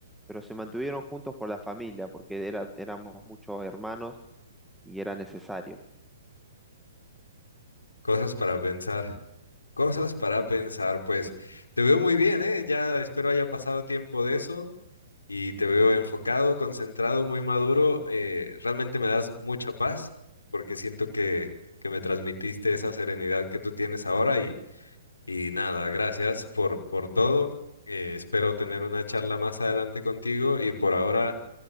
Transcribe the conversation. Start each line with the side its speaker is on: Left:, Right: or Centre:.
Centre: pero se mantuvieron juntos por la familia, porque era, éramos muchos hermanos y era necesario.
Left: Cosas para pensar, cosas
Centre: Mm.
Left: para pensar, pues te veo muy bien, ¿eh? Ya espero haya pasado tiempo de eso. y te veo enfocado, concentrado, muy maduro. eh, realmente me das mucha paz porque siento que, que me transmitiste esa serenidad que tú tienes ahora y, y nada, gracias por, por todo. eh, espero tener una charla más adelante contigo y por ahora